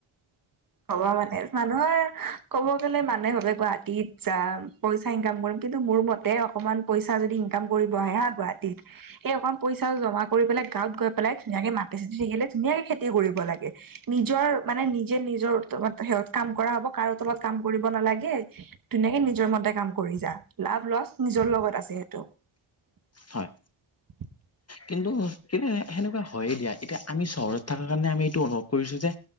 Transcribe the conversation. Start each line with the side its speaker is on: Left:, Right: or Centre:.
Right: ক'বা মানে, মানুহৰ ক'ব গ'লে মানুহে ভাৱে গুৱাহাটীত যাম পইচা ইনকাম কৰিম। কিন্তু মোৰ মতে, অকমান পইচা যদি ইনকাম কৰিব আহে হা গুৱাহাটীত সেই অকণ পইচা জমা কৰি পেলাই, গাঁৱত গৈ পেলাই ধুনীয়াকে মাটি- চাতি থাকিলে ধুনীয়াকে খেতি কৰিব লাগে। নিজৰ মানে, নিজে নিজ নিজৰ উত্তমত সিহঁত কাম কৰা হ'ব। কাৰো তলত কাম কৰিব নালাগে। ধুনীয়াকে নিজৰ মতে কাম কৰি যা লাভ, লছ নিজৰ লগত আছে সেইটো।
Left: হয়।
Right: <inaudible>
Left: কিন্তু, কিন্তু সে সেনেকুৱা হয় দিয়া। এতিয়া আমি চহৰত থকা কাৰণে আমি এইটো অনুভৱ কৰিছোঁ যে